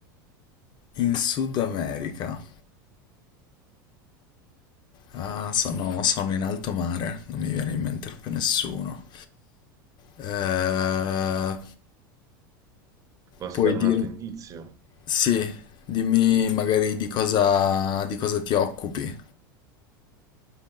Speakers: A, on the left (about 40°); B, on the right (about 30°).
A: In Sud America. Ah, sono, sono in alto mare, non mi viene in mente più nessuno. Eh,
B: Posso
A: puoi
B: dare
A: dirmi...
B: un altro indizio?
A: Sì, dimmi magari di cosa, di cosa ti occupi.